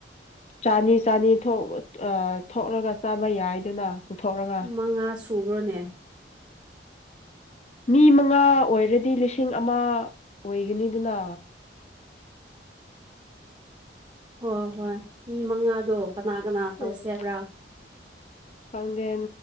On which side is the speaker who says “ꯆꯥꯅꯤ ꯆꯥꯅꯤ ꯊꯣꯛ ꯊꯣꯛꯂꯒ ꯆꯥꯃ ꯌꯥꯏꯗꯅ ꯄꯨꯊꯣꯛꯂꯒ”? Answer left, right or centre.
Left